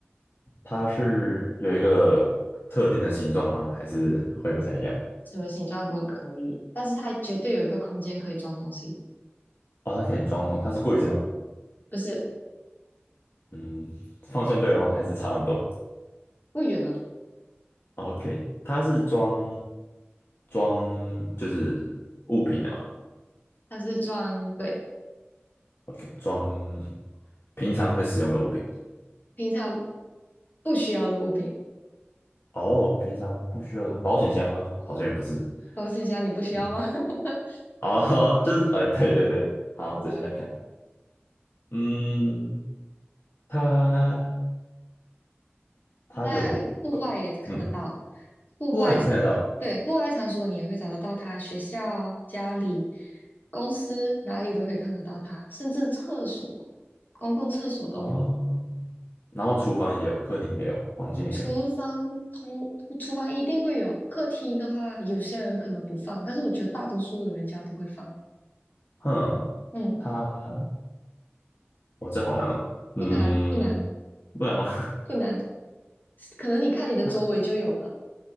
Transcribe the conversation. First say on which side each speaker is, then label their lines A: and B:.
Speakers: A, on the left; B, on the left.
A: 它是有一个特定的形状吗？还是会不太一样？
B: 什么形状都可以，但是它绝对有一个空间可以装东西，
A: 哦，它可以装东，它是柜子吗？
B: 不是
A: 嗯，方向对了吗？还是差很多
B: 不远了，
A: ？OK，它是装装就是物品的嘛
B: 它是装对
A: ？OK，装平常会使用的物品。
B: 平常不需要的物品。
A: 哦，平常不需要有保险箱吗？好像也不是。
B: 保险箱你不需要吗？
A: 嗯，
B: <laughs>
A: 哦，<laughs> 就是哎，对对对，好，我再想想看。嗯，它它有，
B: 它在户外也看得到，
A: 嗯，
B: 户外
A: 户外也看得到。
B: 对户外场所你也会找得到它，学校啊家里、公司哪里都可以看得到它，甚至厕所、公共厕所都有。
A: 哦，然后厨房也有，客厅也有，房间也有。
B: 厨房通，厨房一定会有，客厅的话，有些人可能不放，但是我觉得大多数的人家都会放。
A: 哼，
B: 嗯，
A: 它，哦，这好难哦。嗯，
B: 不难，不难，
A: 不然吗？
B: 不难，可能你看你的周围就有了。
A: <laughs> 它，